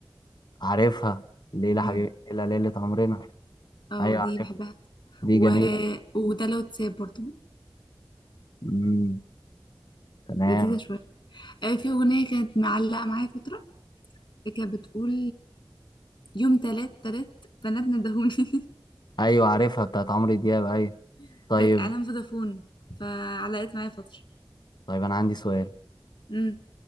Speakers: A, on the left; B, on the left.
A: عارفها ليلى
B: امم
A: حبيبي ليلى ليله عمرنا
B: اه
A: ايوه
B: دي
A: عارفها
B: بحبها
A: دي
B: و...
A: جميله
B: وده لو تساب برضو
A: امم تمام
B: لذيذة شوية أه في أغنية كانت معلقة معايا فترة كانت بتقول يوم تلات تلات بنات ندهوني
A: ايوه عارفها بتاعت عمرو دياب ايوه
B: <laughs>
A: طيب
B: كانت اعلان فودافون فعلقت معايا فتره
A: طيب انا عندي سؤال
B: امم